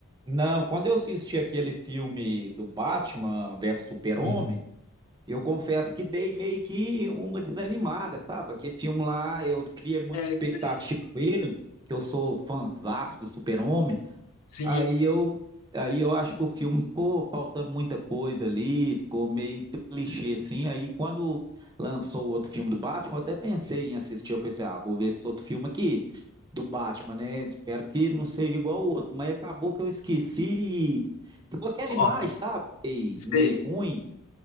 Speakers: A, on the right; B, on the left.
A: não, quando eu assisti aquele filme do Batman versus Super-Homem,
B: Sim.
A: eu confesso que dei meio que uma desanimada, sabe? Aquele filme lá, eu criei muita
B: É,
A: expectativa
B: aquele fi-
A: com ele, que eu sou fãzaço do Super-Homem.
B: sim.
A: Aí eu, aí eu acho que o filme ficou faltando muita coisa ali, ficou meio clichê assim. Aí quando lançou o outro filme do Batman, eu até pensei em assistir. Eu pensei, ah, vou ver esse outro filme aqui do Batman, né? Espero que não seja igual o outro. Mas acabou que eu esqueci. e Ficou aquela
B: Ó,
A: imagem, sabe? Meio,
B: se-
A: meio ruim.